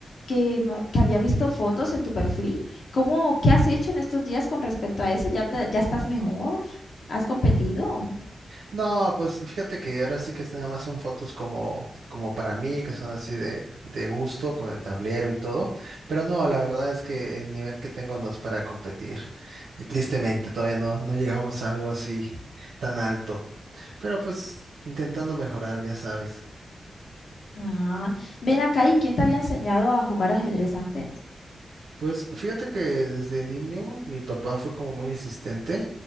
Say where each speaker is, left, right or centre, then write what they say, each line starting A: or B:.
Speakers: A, on the left (about 70°); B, on the right (about 80°).
A: que, ma- que había visto fotos en tu perfil. ¿Cómo, qué has hecho en estos días con respecto a eso? ¿Ya te- ya estás mejor? ¿Has competido?
B: No, pues fíjate que ahora sí que es nada más son fotos como, como para mí, que son así de, de gusto, con el tablero y todo. Pero no, la verdad es que el nivel que tengo no es para competir. Y tristemente, todavía no, no llegamos a algo así tan alto. Pero pues intentando mejorar, ya sabes.
A: Ah, ven acá y ¿quién te había enseñado a jugar ajedrez antes?
B: Pues fíjate que desde niño mi papá fue como muy insistente.